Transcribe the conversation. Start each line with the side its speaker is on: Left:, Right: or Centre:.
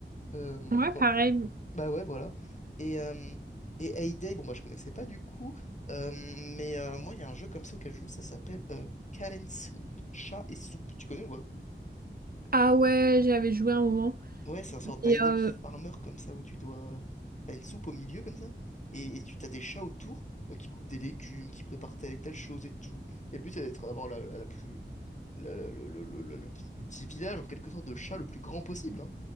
Left: Euh,
Right: Ouais,
Left: bon,
Right: pareil.
Left: bah ouais, voilà. Et, euh, et Hay Day, bon bah je connaissais pas du coup, euh, mais euh, moi il y a un jeu comme ça auquel je joue, ça s'appelle euh, Cat and Soup, chat et soupe. Tu connais ou pas?
Right: Ah ouais, j'avais joué un moment.
Left: Ouais, c'est un sort d'idle
Right: Et euh,
Left: farmer comme ça où tu dois. T'as une soupe au milieu comme ça, et, et tu t'as des chats autour euh, qui coupent des légumes, qui préparent telle et telle chose et tout. Et le but c'est d'être d'avoir la, la plus la- la- le, le- le- le- le le petit village en quelque sorte de chats le plus grand possible. hein.